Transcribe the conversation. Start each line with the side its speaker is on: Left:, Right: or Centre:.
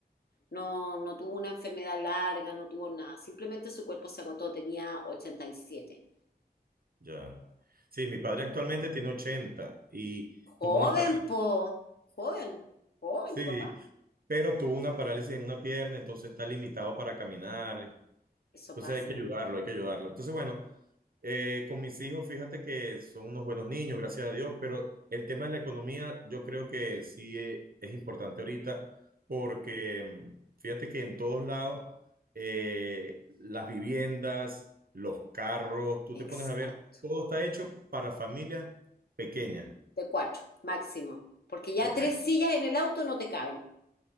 Left: No, no tuvo una enfermedad larga, no tuvo nada. Simplemente su cuerpo se agotó, tenía ochenta y siete
Right: ya. Sí, mi padre actualmente tiene 80 y
Left: Joven,
Right: tuvo una parálisis,
Left: po. Joven. Joven,
Right: sí,
Left: tu papá.
Right: pero tuvo una parálisis en una pierna, entonces está limitado para caminar.
Left: Eso
Right: Entonces
Left: pasa.
Right: hay que ayudarlo, hay que ayudarlo. Entonces, bueno, eh, con mis hijos, fíjate que son unos buenos niños, gracias a Dios, pero el tema de la economía yo creo que sí eh, es importante ahorita porque mm, fíjate que en todos lados eh, las viviendas, los carros, tú
Left: Exacto.
Right: te pones a ver, todo está hecho para familias pequeñas.
Left: De cuatro, máximo. Porque ya
Right: Correcto.
Left: tres sillas en el auto no te caben.